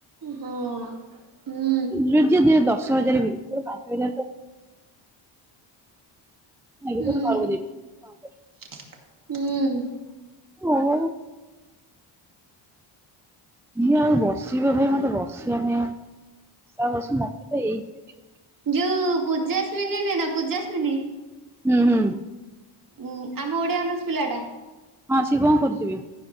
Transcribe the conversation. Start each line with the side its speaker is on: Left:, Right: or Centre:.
Right: ହଁ ହୁଁ
Centre: ଯିଏ ଦିଏ ଦଶ ହଜାର ବି ଭିତରେ ପାଞ୍ଚ ହଜାର ଁ ଏଟ
Right: ହୁଁ
Centre: କରବ ଦେଇ କ କର <unintelligible>
Right: ହୁଁ।
Centre: ହଁ କିଏ ଆଉ ବସିବ ଭାଇ ମତେ ବସିବା ପାଇଁ ଆଉା କରସ ମତେ ତ ଏଇଥି
Right: ଯୋଉ ପୂଜାସ୍ମିନୀ ନ ନା ପୂଜାସ୍ମିନୀ
Centre: ହୁଁ ହୁଁ
Right: ଉଁ ଆମ ଓଡିଆ ଅନର୍ସ ପିଲାଟା
Centre: ହଁ ସିଏ କଣ କରୁଚି ଏବେ?